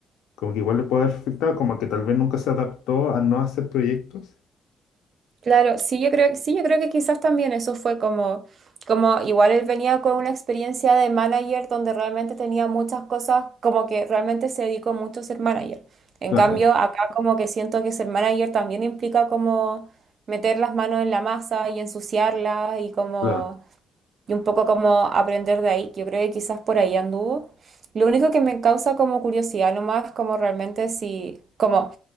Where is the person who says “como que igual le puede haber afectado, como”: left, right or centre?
Left